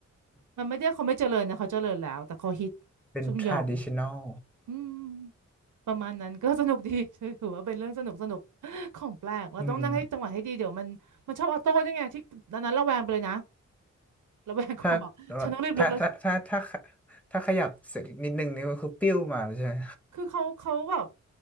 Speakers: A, on the right (about 90°); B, in the centre.
A: มันไม่ได้เขาไม่เจริญนะเขาเจริญแล้วแต่เขาฮิต
B: เป็น
A: ซุมหยอง
B: traditional
A: อืมประมาณนั้นก็สนุกดี <laughs> ถือว่าเป็นเรื่องสนุกสนุกของแปลกเราต้องนั่งให้จังหวะให้ดีเดี๋ยวมันมันชอบออโต้ด้วยไงที่ตอนนั้นระแวงไปเลยนะ
B: อืม
A: ระแวงความแบบฉันต้องรีบลุกแล้ว
B: ถ้าเอ่อถ้าถ้าถ้าถ้าถ้าขยับสักนิดนึงนี่ก็คือปิ้วมาแล้วใช่ไหม
A: คือเขาเขาแบบ